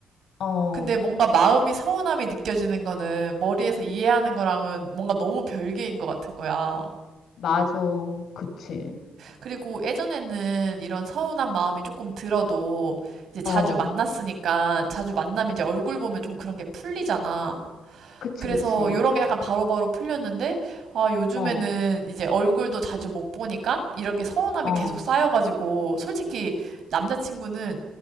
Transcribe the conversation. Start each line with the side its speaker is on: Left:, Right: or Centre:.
Left: 어,
Right: 근데 뭔가 마음이 서운함이 느껴지는 거는 머리에서 이해하는 거랑은 뭔가 너무 별개인 것 같은 거야.
Left: 맞아. 그치.
Right: 그리고 예전에는 이런 서운한 마음이 조금 들어도 이제 자주
Left: 어,
Right: 만났으니까 자주 만나면 이제 얼굴 보면 좀 그런 게 풀리잖아.
Left: 그치,
Right: 그래서
Left: 그치.
Right: 요런 게 약간 바로바로 풀렸는데, 아, 요즘에는
Left: 어,
Right: 이제 얼굴도 자주 못 보니까 이렇게 서운함이
Left: 어,
Right: 계속 쌓여가지고, 솔직히 남자친구는